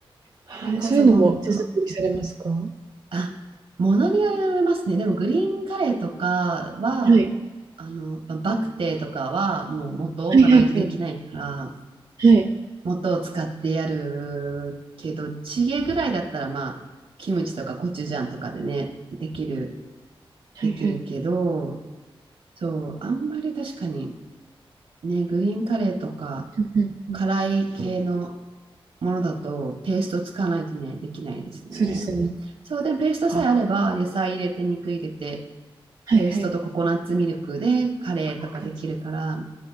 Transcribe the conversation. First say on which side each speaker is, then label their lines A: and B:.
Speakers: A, on the right; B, on the right.
A: はい、
B: それこそ本当。
A: そういうのも手作りされますか？は
B: あ、ものによりますね。でもグリーンカレーとかは、
A: い。
B: あの、ババクテーとかはもう元を置かないとできないから、
A: はいはいはい。はい。
B: 元を使ってやるけど、チゲぐらいだったらまあ、キムチとかコチュジャンとかでね、できる、
A: はいはい。
B: できるけど、そう、あんまり確かにね、グリーンカレーとか
A: うんうんうん。
B: 辛い系のものだとペースト使わないとね、できないですね。
A: そうですね。
B: そう、でもペーストさえあれば、
A: あ、
B: 野菜入れて、肉入れて、
A: はいはい。
B: ペーストとココナッツミルクでカレーとかできるから、
A: ココナッツ。